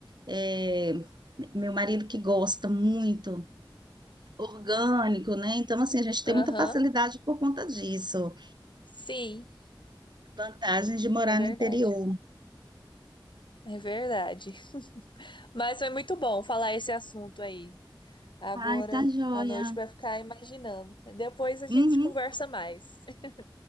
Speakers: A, on the right; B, on the left.
A: é, meu marido que gosta muito, orgânico, né? Então, assim, a gente tem
B: Aham,
A: muita facilidade por conta disso.
B: Sim,
A: Vantagens de morar
B: é verdade.
A: no interior.
B: É verdade. Mas foi muito bom falar esse assunto aí. Agora
A: Ai, tá joia.
B: à noite vai ficar imaginando. Depois a gente
A: Uhum.
B: conversa mais. <laughs>